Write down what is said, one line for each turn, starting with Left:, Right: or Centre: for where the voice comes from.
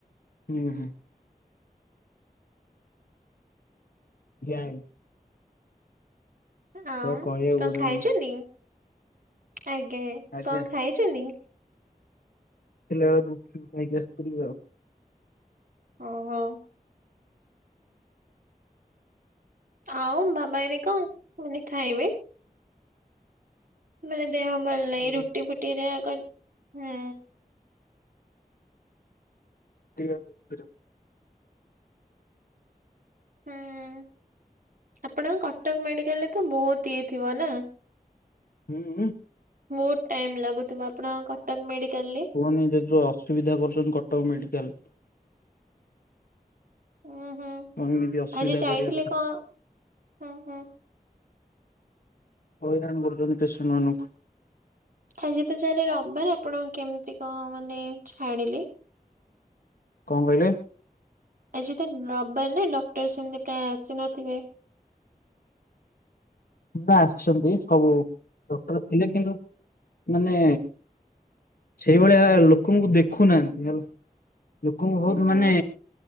Left: ହୁଁ ହୁଁ। ଯାଇ
Right: ଆଁ
Left: ତ କହିବାକୁ
Right: କଣ
Left: ପଡିବନି
Right: ଖାଇଛନ୍ତି ଆଜ୍ଞା
Left: ଆଜ୍ଞା
Right: କଣ ଖାଇଛନ୍ତି?
Left: ଫେରିଲା ବେଳେ ଗୁପଚୁପ ଖାଇକି ଆସଥିଲି ଆଉ।
Right: ଓହୋ। ଆଉ ବାବା ଏଇନେ କଣ ମାନେ ଖାଇବେ? ମାନେ ଦେହ ଭଲ ନାଇଁ ରୁଟି
Left: ହୁଁ
Right: ଫୁଟି ହେରା କର୍ ହୁଁ।
Left: ଟି ପା <unintelligible>
Right: ହୁଁ ଆପଣଙ୍କ କଟକ ମେଡିକାଲରେ ତ ବୋହୁତ ଇଏ ଥିବ ନା?
Left: ହୁଁଉଁ।
Right: ବୋହୁତ ଟାଇମ ଲାଗୁଥୁବ ଆପଣଙ୍କ କଟକ ମେଡିକାଲରେ?
Left: କୁହନି ଯେତେସବୁ ଅସୁବିଧା କରୁଚନ୍ତି କଟକ ମେଡିକାଲ।
Right: ଉଁହୁଁ ହଁ
Left: କଣ ଏମିତି ଅସୁବିଧା
Right: ଆଜି ଯାଇଥିଲେ
Left: କରିବା କଥା
Right: କଣ ହୁଁ ହୁଁ।
Left: ହଇରାଣ କରୁଚନ୍ତି ପେସେଣ୍ଟମାନଙ୍କୁ।
Right: ଆଜି ତ ଯାହେଲେ ରବ ମାନେ ଆପଣଙ୍କ କେମତି କଣ ମାନେ ଛାଡ଼ିଲେ?
Left: କଣ କହିଲେ?
Right: ଆଜି ତ ରବିବାର ନା ଡକ୍ଟର ସେମତି ପ୍ରାୟ ଆସିନଥିବେ?
Left: ନା ଆସଚନ୍ତି ସବୁ ଡକ୍ଟର ଥିଲେ କିନ୍ତୁ ମାନେ ସେଇଭଳିଆ ଲୋକଙ୍କୁ ଦେଖୁନାହାନ୍ତି ହାଲୋ ଲୋକଙ୍କୁ ବୋହୁତ
Right: ହୁଁ ହୁଁ
Left: ମାନେ